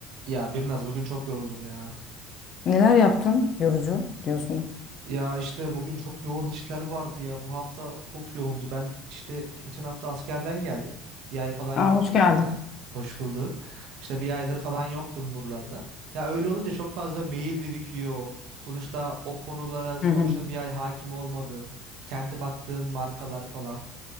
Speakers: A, on the right; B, on the left.
A: Ya Birnaz bugün çok yoruldum ya.
B: Neler yaptın yorucu diyorsun.
A: Ya işte bugün çok yoğun işler vardı ya. Bu hafta çok yoğundu. Ben işte geçen hafta askerden geldim. Bir ay falan
B: Aa,
A: yoktum
B: hoş geldin.
A: burada. Hoş bulduk. İşte bir aydır falan yoktum buralarda. Ya öyle olunca çok fazla mail birikiyor. Sonuçta o konulara sonuçta
B: Hı hı.
A: bir ay hakim olmadın. Kendi baktığın markalar falan.